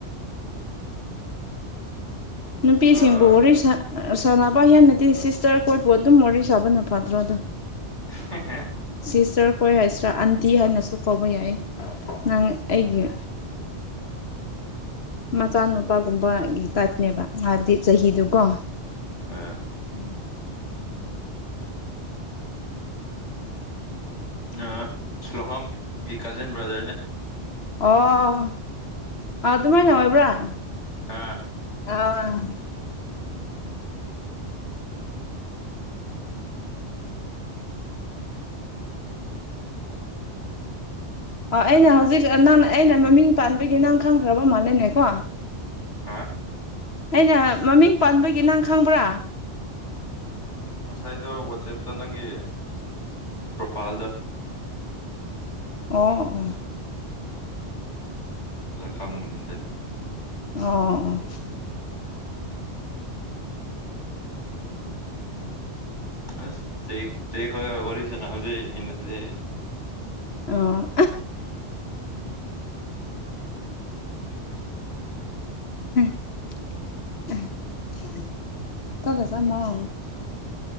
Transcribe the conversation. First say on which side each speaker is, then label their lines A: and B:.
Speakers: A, on the left (about 60°); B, on the left (about 85°).
A: ꯅꯨꯄꯤꯁꯤꯡꯕꯨ
B: ꯑꯥ
A: ꯋꯥꯔꯤ ꯁꯥꯟꯅꯕ ꯍꯦꯟꯅꯗꯤ ꯁꯤꯁꯇꯔꯈꯣꯏꯕꯨ ꯑꯗꯨꯝ ꯋꯥꯔꯤ ꯁꯥꯕꯅ ꯐꯗ꯭ꯔꯣ ꯑꯗꯣ
B: <unintelligible>
A: ꯁꯤꯁꯇꯔꯈꯣꯏ ꯍꯥꯏꯁꯇꯔ ꯑꯟꯇꯤ ꯍꯥꯏꯅꯁꯨ ꯀꯧꯕ ꯌꯥꯏꯌꯦ ꯅꯪ ꯑꯩꯒꯤ ꯃꯆꯥꯅꯨꯄꯥꯒꯨꯝꯕꯒꯤ ꯇꯥꯏꯞꯅꯦꯕ ꯍꯥꯏꯕꯗꯤ ꯆꯍꯤꯗꯨꯀꯣ
B: ꯑꯥ
A: <unintelligible>
B: ꯑꯥ ꯁꯨꯂꯣꯡꯉꯝꯒꯤ ꯀꯥꯖꯤꯟ ꯕ꯭ꯔꯗꯔꯅꯦ
A: ꯑꯣ ꯑꯇꯨꯃꯥꯏ ꯅ ꯑꯣꯏꯕꯔ
B: ꯑꯥ
A: ꯑꯥ <inaudible> ꯑꯣ ꯑꯩꯅ ꯍꯧꯖꯤꯛ ꯅꯪ ꯑꯩꯅ ꯃꯃꯤꯡ ꯄꯥꯟꯕꯒꯤ ꯅꯪ ꯈꯪꯈ꯭ꯔꯕ ꯃꯥꯂꯦꯅꯦꯀꯣ
B: ꯍꯥꯥ
A: ꯑꯩꯅ ꯃꯃꯤꯡ ꯄꯥꯟꯕꯒꯤ ꯅꯪ ꯈꯪꯕ꯭ꯔꯥ
B: ꯉꯁꯥꯏꯗꯣ ꯋꯥꯆꯦꯞꯇ ꯅꯪꯒꯤ ꯄ꯭ꯔꯣꯐꯥꯏꯜꯗꯣ
A: ꯑꯣ ꯑꯣ
B: ꯑꯗꯨꯗ ꯈꯪꯕꯅꯤꯗ
A: ꯑꯣ
B: ꯑꯁ ꯆꯦꯛ ꯆꯦꯛ ꯈꯔꯒ ꯋꯥꯔꯤ ꯁꯥꯟꯅꯕꯗꯤ ꯍꯦꯟꯅꯗꯦ ꯍꯦ
A: ꯑꯣ <unintelligible> <unintelligible>